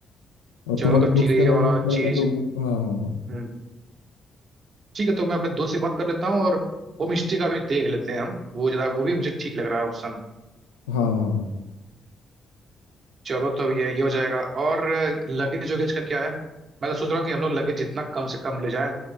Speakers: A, on the left; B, on the right.
A: और
B: चलो
A: तुम्हारे
B: तो
A: दोस्त
B: ठीक है ये
A: अगर
B: वाला
A: हेल्प करेंगे
B: चीज
A: तो वो हाँ हाँ हाँ
B: हम्म ठीक है तो मैं अपने दोस्त से बात कर लेता हूँ और होम स्टे का भी देख लेते हैं हम वो जरा वो भी मुझे ठीक लग रहा है ऑप्शन
A: हाँ हाँ हाँ
B: चलो तो ये ये हो जाएगा और लगेज वगेज का क्या है मैं तो सोच रहा हूँ कि हम लोग लगेज जितना कम से कम ले जाएं